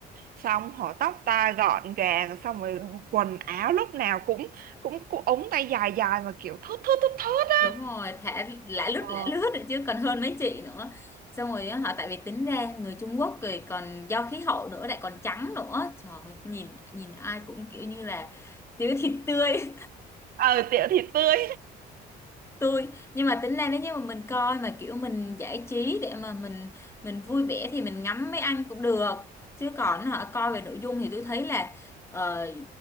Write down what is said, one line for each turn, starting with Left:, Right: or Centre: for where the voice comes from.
Right: xong họ tóc ta gọn gàng xong rồi quần áo lúc nào cũng cũng, cũng ống tay dài dài mà kiểu thướt thướt thướt thướt á
Left: đúng rồi thả lả lướt
Right: ờ
Left: lả lướt rồi chứ còn hơn mấy chị nữa xong rồi á, họ tại vì tính ra người Trung Quốc rồi còn do khí hậu nữa lại còn trắng nữa trời ơi, nhìn nhìn ai cũng kiểu như là thiếu thịt tươi
Right: ờ, tiểu thì tươi
Left: tôi nhưng mà tính ra nếu như mà mình coi mà kiểu mình giải trí để mà mình mình vui vẻ thì mình ngắm mấy anh cũng được chứ còn họ coi về nội dung thì tôi thấy là ờ,